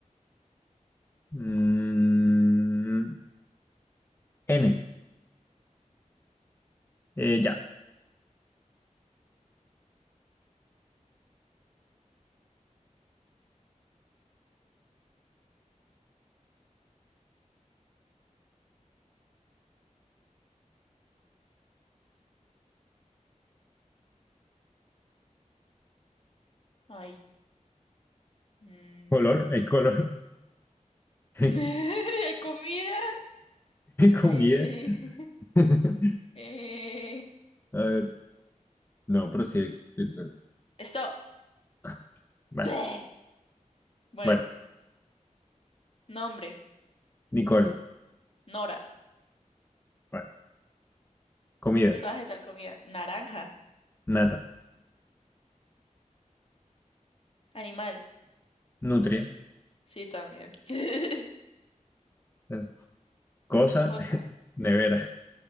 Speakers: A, on the left (about 15°); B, on the left (about 50°).
A: Mm, N. Eh, ya.
B: Ay. mm,
A: Color, hay color. <laughs>
B: <laughs> Hay comida.
A: Comida.
B: Eh,
A: <laughs>
B: <laughs> eh,
A: A ver. No, pero sí es. es verdad.
B: stop.
A: Ah, Vale.
B: <clears throat> Bleh. Bueno,
A: Bueno,
B: nombre.
A: Nicole.
B: Nora.
A: Vale. Comida.
B: Fruta, vegetal, comida. Naranja.
A: Nata.
B: Animal.
A: Nutria.
B: Sí, también. <laughs>
A: eh, Cosa.
B: Cosa.
A: <laughs> Nevera.